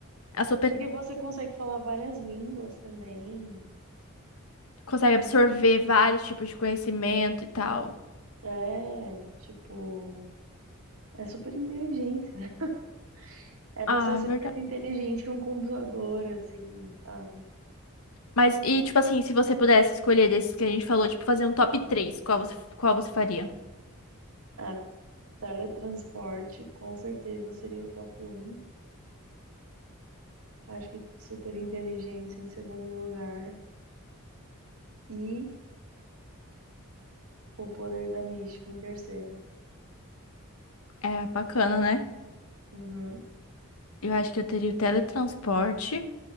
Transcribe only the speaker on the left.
a sua pe-
consegue absorver vários tipos de conhecimento e tal.
Ah,
é verdade.
Mas, e tipo assim, se você pudesse escolher desses que a gente falou, tipo, fazer um top três qual você, qual você faria?
É bacana, né?
Eu acho que eu teria o teletransporte,